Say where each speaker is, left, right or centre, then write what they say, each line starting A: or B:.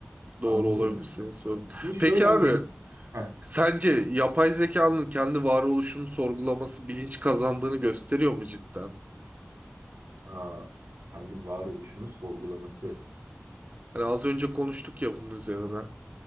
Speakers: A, on the right; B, on the right.
A: Doğru
B: Anladın
A: olabilir
B: mı?
A: senin söylediğin.
B: Şimdi şöyle
A: Peki
B: hani
A: abi
B: deney... Heh,
A: Sence yapay zekanın kendi varoluşunu sorgulaması bilinç kazandığını gösteriyor mu cidden?
B: ha, kendi varoluşunu sorgulaması.
A: Hani az önce konuştuk ya bunun üzerine.